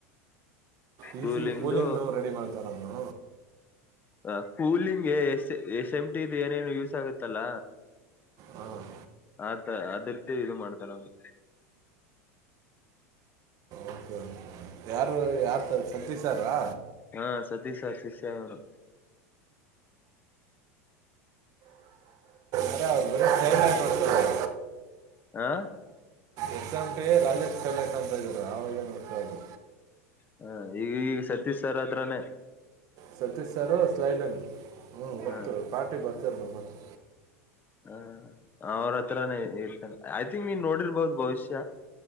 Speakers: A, on the right; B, on the left.
A: ಈ
B: ಕೂಲಿಂಗ್ದು
A: ಸಿ ಕೋಲಿಂಗ್ ನ ರೆಡಿ ಮಾಡ್ತನಾ ಅವ್ನು
B: ಹ ಕೂಲಿಂಗ್ಗೆ ಎಸ್ ಎಸ್ ಎಂ ಟಿಿದ ಏನೇನು ಯೂಸ್ ಆಗತ್ತಲ್ಲ
A: ಹಾಂ
B: ಆತ ಅದ್ರದ್ದ ಇದು ಮಾಡ್ತನ ಅವ್ನು
A: ಓಕೆ ಓಕೆ. ಯಾರು ಯಾರ್ ತ್ ಸಾಧ್ಯ ಸಾರಾ
B: ಹಾ ಸತೀಶ್ ಸರ್ ಶಿಷ್ಯ ನೋಡು.
A: ಅ್ರ ಅವ್ರು ಬರೋ ಪ್ರೇರಣೆ ಮಾಡೋ್ತಾರೆ
B: ಆ.
A: ಎಕ್ಸಂಟಿ ರಾಜಕ್ ಪೈಲಟ್ ಅಂತ ಇದರು ಅವಾಗ ದು.
B: ಹ ಈಗ ಈಗ ಸತೀಶ್ ಸರ್ ಅ್ರನೆ.
A: ಸತೀಶ್ ಸಾರ ಸ್ಲೈಲನ್ ಹ್ಞೂ ಗತ್ತು
B: ಹ
A: ಪಾರ್ಟಿ ಬರ್ತೀಾರೆ ನಮ್ಮ ಹತ್ರ.
B: ಹ ಅವ್ರ ಹತ್ರಾನೇ ಇರ್ತಾನ ಐ ತಿಂಕ್ ನೀನ್ ನೋಡಿರ್ಬಹದು ಭವಿಷ್ಯ.